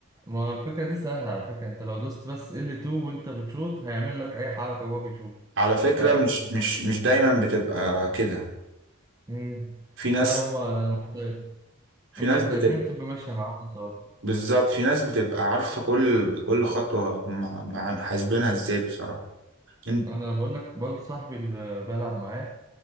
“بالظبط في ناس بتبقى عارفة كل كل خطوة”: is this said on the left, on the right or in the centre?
Right